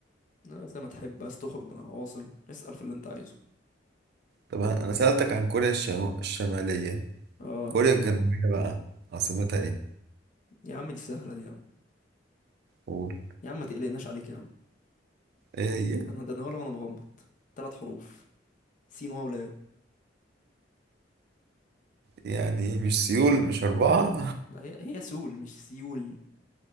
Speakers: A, on the left; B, on the right.
A: آه، زي ما تحب عايز تخرج من العواصم اسأل في اللي انت عايزه
B: طب انا أنا سألتك عن كوريا الشم... الشمالية
A: اه
B: كوريا الجنوبية بقى عاصمتها ايه
A: يا عم دي سهلة دي يا عم
B: قول
A: يا عم ما تقلقناش عليك يا عم
B: ايه هي
A: انا ده انا اقولها وانا مغمض ثلاث حروف سين واو لام
B: يعني ايه؟ مش سيول مش أربعة
A: لا هي هي سول مش سيول